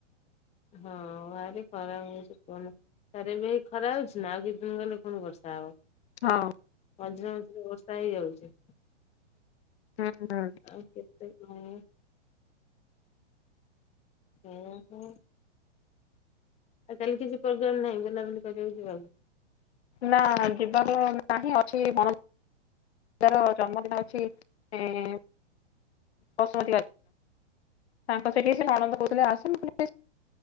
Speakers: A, on the left; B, on the left.
A: ହଁ ଆରେ ଖରାପ୍ ହଉଛି କୁହନି ପାରିବି, ଖରା ହଉଛି ନା ଆଉ କିତେ ଦିନ ଗଲେ ପୁଣି ବର୍ଷା ହେବ,
B: ହଁ
A: ମଝିରେ-ମଝିରେ ବର୍ଷା ହେଇଯାଉଛି,
B: ହୁଁ-ହୁଁ,
A: ଆଉ କେତେ ଦିନି, ହୁଁ-ହୁଁ, ଆଉ କାଲି କିଛି ପ୍ରୋଗ୍ରାମ ନାହିଁ ବୁଲାବୁଲି କରିବାକୁ ଯିବାକୁ?
B: ନା ଯିବାର ନାହିଁ ଅଛି <inaudible> ତାର ଜନ୍ମ ଦିନ ଅଛି ଏଁ, <inaudible> ତାଙ୍କ ର ସେଠି ନନଦ କହୁଛନ୍ତି ଆସ ମୁଁ କହିଲି ସେ